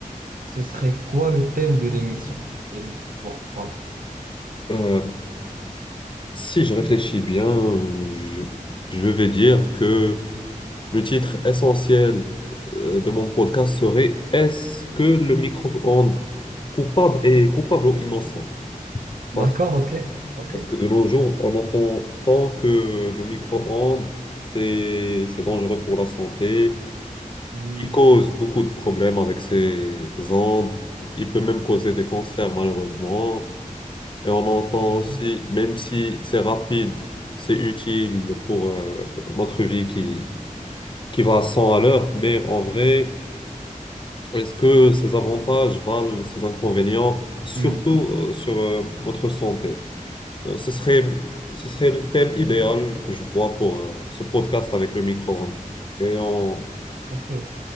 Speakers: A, on the right; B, on the left.
A: Ce serait quoi le thème de l'émission? Et le... Bon, voilà. voilà.
B: Euh, si je réfléchis bien, je, je vais dire que le titre essentiel euh, de mon podcast serait Est-ce que le micro-ondes coupable est coupable ou innocent? Parce,
A: D'accord, ok, ok.
B: parce que de nos jours, on entend tant que le micro-ondes, c'est, c'est dangereux pour la santé.
A: Hmm,
B: Il cause beaucoup de problèmes avec ses ondes. Il peut même causer des cancers, malheureusement. Et on entend
A: ok,
B: aussi, même si c'est rapide, c'est utile pour euh, notre vie qui, qui va à 100 à l'heure, mais en vrai, est-ce que ces avantages valent ces inconvénients, surtout
A: Hmm,
B: euh, sur euh, notre santé? Euh, ce serait, ce serait le thème idéal que je vois pour euh, ce podcast avec le micro-ondes. Et on-
A: ok.